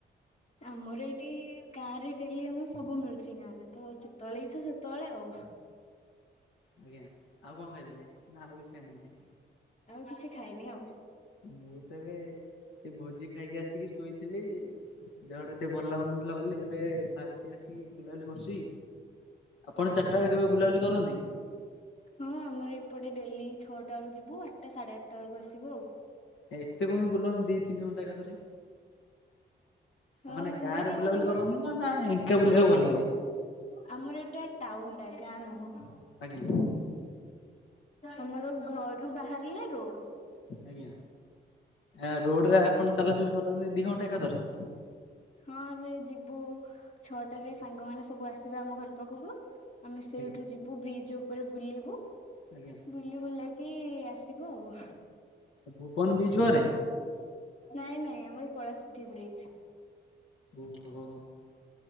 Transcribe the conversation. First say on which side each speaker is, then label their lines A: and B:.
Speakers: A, on the left (about 40°); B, on the left (about 85°).
A: ଆମର ଏଇଠି ଗାଁ ରେ ଡେଲି ଆମ ସବୁ ମିଳୁଛି ଗାଁ ରେ ତ ଯେତେବେଳେ ଇଚ୍ଛା ସେତେବେଳେ ଆଉ।
B: ଆଜ୍ଞା। ଆଉ କଅଁ ଖାଇଥିଲେ? ନା ଆଉ କିଛି ଖାଇନାହାନ୍ତି।
A: ଆଉ କିଛି ଖାଇନି ଆଉ।
B: ମୁଁ ତ ଏବେ ସେ ଭୋଜି ଖାଇକି ଆସିକି ଶୋଇଥିଲି। ଦେହଟା ଟେ ଭଲ୍ ଲାଗୁନଥିଲା ବୋଲି ଏବେ ବାହାରିକି ଆସି ଇବୁଲାବୁଲି କରୁଛି ଆପଣ ଚାର୍ଟାଳେ କେବେ ବୁଲାବୁଲି କରନ୍ତି?
A: ହଁ ଆମର ଏପଟେ ଡେଲି ଛଅଟାଳୁ ଯିବୁ ଆଟା ସାଢ଼େ ଆଟାଳକୁ ଆସିବୁ ଆଉ।
B: ଏତେ କଅଁ ବୁଲନ୍ତି ଦି ତିନି ଘଣ୍ଟା ଏକଥରେ
A: ହଁ
B: ଆମାନେ
A: ଆମର
B: ଗାଁରେ ବୁଲାବୁଲି
A: ଆମର
B: କରନ୍ତିନା ନା ଏଙ୍କା ବୁଲିବାକୁ
A: ନାଇଁ ନାଇଁ
B: ଭଲ ଲାଗେ?
A: ଆମର ଏଟା ଟାଉନ୍ ଟା ଗାଁ ନୁହଁ।
B: ଆଜ୍ଞା।
A: ଆମର ଘରୁ ବାହାରିଲେ ରୋଡ୍।
B: ଆଜ୍ଞା ଆରୋଡ
A: ତ
B: ରେ ଆପଣ ଚାଲାଚଲି କରନ୍ତି ଦି ଘଣ୍ଟା ଏକାଥରେ?
A: ହଁ ଆମେ ଯିବୁ ଛଅଟାରେ ସାଙ୍ଗମାନେ ସବୁ ଆସିବେ ଆମ ଘର ପାଖକୁ ଆମେ ସେଇଠୁ
B: ଆଜ୍ଞା
A: ଯିବୁ ବ୍ରିଜ୍ ଉପରେ ବୁଲିବୁ।
B: ଆଜ୍ଞା।
A: ବୁଲି ବୁଲାକି ଆସିବୁ ଆଉ।
B: ଭୁପନ୍ ବିଚ୍ ବାହାରେ
A: ନାଇଁ ନାଇଁ ଆମର ପଳାଶପିଠିଆ ବ୍ରିଜ୍
B: ଓହୋ